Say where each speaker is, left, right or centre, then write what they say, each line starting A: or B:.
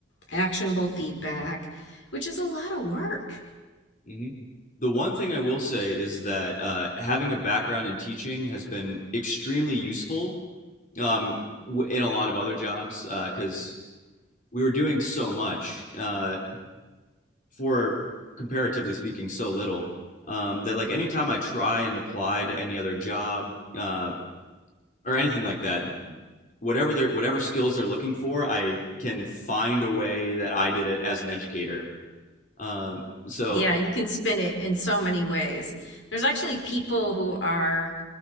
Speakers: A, on the left; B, on the left.
A: actionable feedback which is a lot of work
B: hmm The one thing I will say is that uh, having a background in teaching has been extremely useful um, w- in a lot of other jobs because uh, we were doing so much. Uh, for comparatively speaking so little um, that like anytime I try and apply to any other job uh, or anything like that, whatever they whatever skills they're looking for, I can find a way that I did it as an educator. Um, so
A: yeah you can spin it in so many ways there's actually people who are